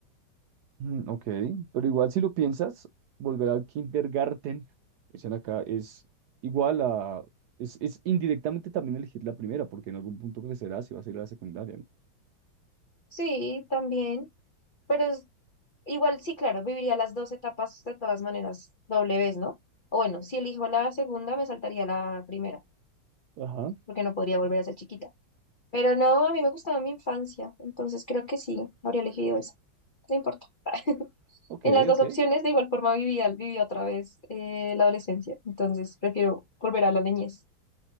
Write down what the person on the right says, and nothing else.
Mm, Ok, pero igual si lo piensas, volver al kindergarten, dicen acá, es igual a, es, es indirectamente también elegir la primera, porque en algún punto crecerá si vas a ir a la secundaria,
¿no? Ajá,
ok,
ok,